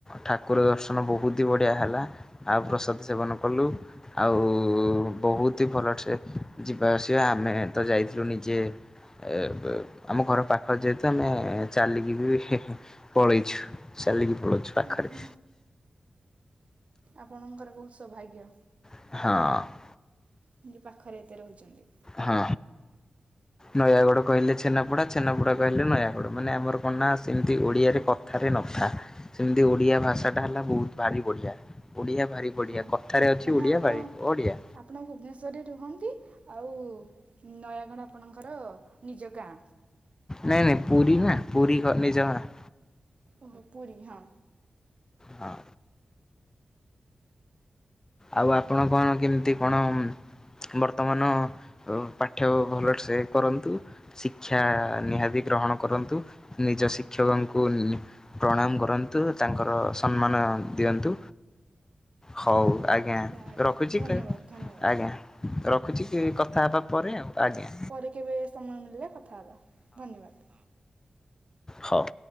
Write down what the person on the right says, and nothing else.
ଓହୋ ଆପଣଙ୍କର ବହୁତ୍ ସୌଭାଗ୍ୟ।
ଏମିତି ପାଖରେ ଏତେ ରହୁଛନ୍ତି।
ହଁ
ମାନେ
ଆପଣ
ଆପଣ ଭୁବନେଶ୍ୱରରେ ରୁହନ୍ତି ଆଉ ନୟାଗଡ଼ ଆପଣଙ୍କର ନିଜ ଗାଁ।
ଓହୋ ପୁରୀ ହଁ।
ଆଜ୍ଞା
ଧନ୍ୟବାଦ
ଧନ୍ୟବାଦ
ଆଜ୍ଞା।
ପରେ କେବେ ସମୟ ମିଳିଲେ କଥା ହେବା ଧନ୍ୟବାଦ୍।